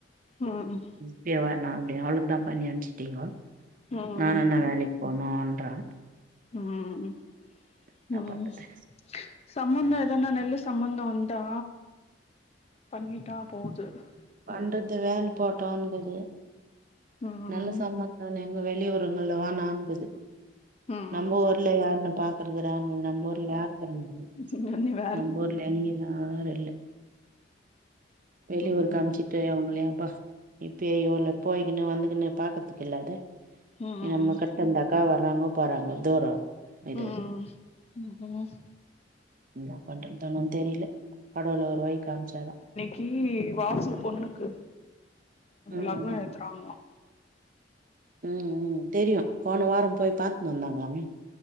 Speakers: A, on the left; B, on the right.
A: ம் ம்
B: இப்யே வேணா அப்டி அவளுக்குதா பண்ணி அனுப்ச்சிட்டீங்கோ
A: ம்
B: நா நல்ல வேலைக் போனுன்றா
A: ம்
B: என்ன
A: ம்
B: பண்றது
A: சம்மந்தோ எதன்னா நல்ல சம்மந்தோ வந்தா பண்ணிட்டா போது
B: வந்தது
A: ம்
B: வேல போட்டோ வந்துது
A: ம்
B: நல்ல சம்மந்தோ எங்க வெளி ஊருங்கள்ல வேணான்ங்குது
A: ம்
B: நம்ப ஊர்ல யாருன்ன பாக்குறது நாங்க நம்ப ஊர்ல யாரு இக்கறாங்க
A: எங்க அண்ணியோட
B: நம்ப ஊர்ல எங்கிமே யாரு இல்ல வெளியூருக்கு
A: ம்
B: அம்ச்சுட்டு அவங்களே ப்பா இப்பே ஊர்ல போய்கின்னு வந்துக் கின்னு பாக்கர்த்துக்கு இல்லாத
A: ம்
B: நம்ம கட் பண்டாக்கா வர்றாங்க போறாங்க தூரோ இது
A: ம் ம்
B: இன்னா பண்றது ஒன்னு தெரில கடவுள் ஒரு வழி காம்ச்சாதா
A: கீழி வாசு பொண்ணுக்கு
B: ம்
A: லக்னோ
B: ம்
A: ஏத்துறாங்ளா
B: ம் ம் தெரியு போன வாரோ போய் பாத்ன்னு வந்தாங்ளாமே